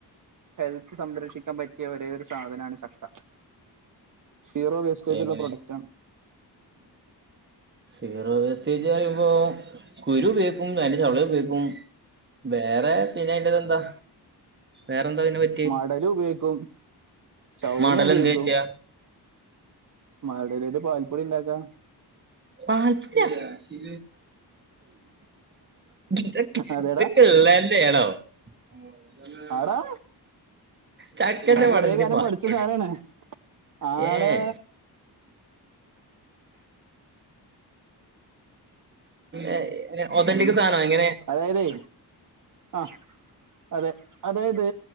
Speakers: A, on the right; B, on the right.
A: ഹെൽത്ത് സംരക്ഷിക്ക ക്കാൻ പറ്റിയ ഒരേ ഒരു സാധനമാണ് ചക്ക സീറോ വേസ്റ്റേജ്
B: എങ്ങനെ
A: ഉള്ള പ്രൊഡക്റ്റ്ണ്
B: സീറോ വേസ്റ്റേജ് പറയുമ്പോ കുരു ഉപയോഗിക്കും അയിന്റെ ചൊള ഉപയോഗിക്കും വേറെ ട്ട് ഇത് എന്താ വേറെന്താെ പിന്നെ പ
A: മടലു ഉപയോഗിക്കും ചൗണി
B: മടൽ
A: ഉപയോഗിക്കും
B: എന്ത് പറ്റിയ
A: മടലേറ്റ് പാൽപ്പൊടി ഉണ്ടാക്കാ
B: പാൽപൊട്യ ഇ ഇതൊക്കെ
A: അതെടാ
B: ഇള്ളെന്നെ ഏണോ <unintelligible>
A: ആടാ
B: ചക്കന്റെ
A: ഞാൻ
B: മടല്
A: കൊറേ
B: വെച്ച്
A: കാലം
B: പാൽപൊടിയോ
A: പഠിച്ച സാനാണ് ആടാ
B: ഏഹ് ഏഹ് ഒതന്റിക്
A: ഇതിന്റെ
B: സാധനൊ എങ്ങനെ
A: അതായതേ ആഹ് അതെ അതായത്